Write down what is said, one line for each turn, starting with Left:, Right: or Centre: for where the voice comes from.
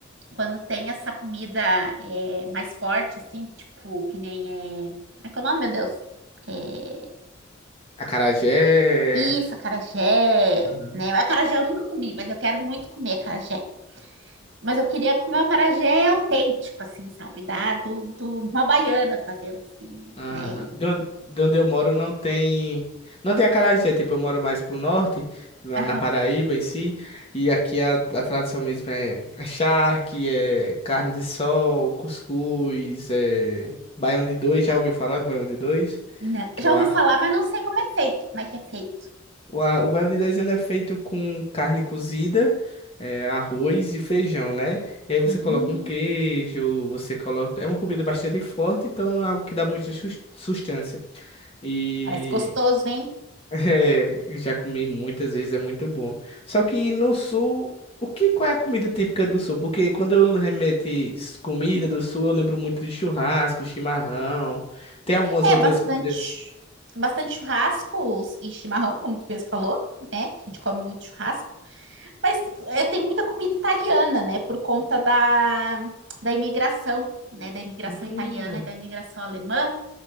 Right: Quando tem essa comida é, mais forte, assim, tipo, que nem é. Como é que é o nome, meu Deus? É...
Left: Acarajé.
Right: Isso, acarajé,
Left: Uhum.
Right: né? Acarajé eu nunca comi, mas eu quero muito comer acarajé. Mas eu queria comer o acarajé autêntico, assim, sabe? Da, do, do, de uma baiana fazendo, assim,
Left: Ah,
Right: né?
Left: de on- de onde eu moro não tem. Não tem acarajé, tipo, eu moro mais pro norte, na
Right: Aham.
Left: na Paraíba em si, e aqui a, a tradição mesmo é, é charque, é carne de sol, cuscuz, é baião de dois, já ouviu falar do baião de dois?
Right: Né?
Left: Que
Right: Já
Left: é o
Right: ouvi
Left: arroz.
Right: falar, mas não sei como é feito, como é que é feito.
Left: O, a- o baião de dois ele é feito com carne cozida, é, arroz e feijão, né? E aí você
Right: Hum,
Left: coloca um queijo, você coloca. É uma comida bastante forte, então é algo que dá muita sus- sustância. E
Right: parece gostoso, hein?
Left: <laughs> é, eu já comi muitas vezes, é muito bom. Só que no sul, o que, qual é a comida típica do sul? Porque quando eu remeto s- comida do sul, eu lembro muito de churrasco, chimarrão. Tem algumas
Right: É
Left: outras
Right: bastante,
Left: comidas.
Right: bastante churrascos e chimarrão, como tu mesmo falou, né? A gente come muito churrasco, mas é, tem muita comida italiana, né? Por conta da, da imigração, né? Da imigração
Left: Hum,
Right: italiana e da imigração alemã.